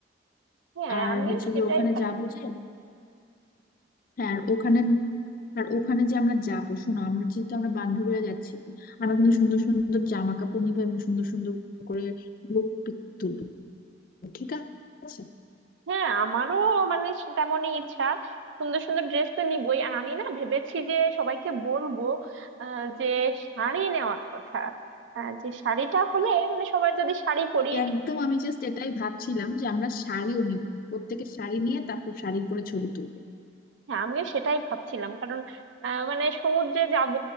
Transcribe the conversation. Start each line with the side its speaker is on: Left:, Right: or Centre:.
Right: হ্যাঁ
Left: আর
Right: আমিও
Left: হচ্ছে
Right: সেটাই
Left: গিয়ে ওখানে
Right: ভাবছি
Left: যাবো যে হ্যাঁ আর ওখানে আর ওখানে যে আমরা যাবো শোনো আমরা যেহেতু আমরা বান্ধবীরা যাচ্ছি আমরা কিন্তু সুন্দর সুন্দর জামা কাপড় নিবো এবং সুন্দর সুন্দর করে লুক পিক তুলবো ঠিক আছে
Right: হ্যাঁ আমারও মানে সে- তেমনই ইচ্ছা সুন্দর সুন্দর ড্রেস তো নিবই আর আমি না ভেবেছি যে সবাইকে বলবো আহ, যে শাড়ি নেওয়ার কথা আহ, যে শাড়িটা হলে মানে সবাই যদি শাড়ি পরি
Left: একদম আমি জাস্ট এটাই ভাবছিলাম যে আমরা শাড়িও নিব প্রত্যেকের শাড়ি নিয়ে তারপর শাড়ি পরে ছবি তুলবো
Right: হ্যাঁ আমিও সেটাই ভাবছিলাম কারণ আহ, মানে সমুদ্রে যাব